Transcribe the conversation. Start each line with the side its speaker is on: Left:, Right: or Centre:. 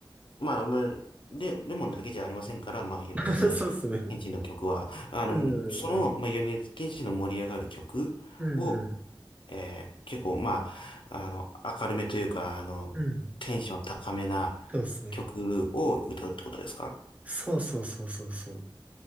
Left: まあ、まあで、レモンだけじゃありませんから、まあ、米津玄師の曲は、
Right: <laughs> そうっすね。
Left: あの、
Right: うんうんうん。
Left: その、まあ、米津玄師の盛り上がる曲を、
Right: うんうん。
Left: えー結構、まあ、あの、明るめというか、あの、
Right: うん。
Left: テンション高めな
Right: そうっすね。
Left: 曲を歌うってことですか
Right: そうそうそうそうそう。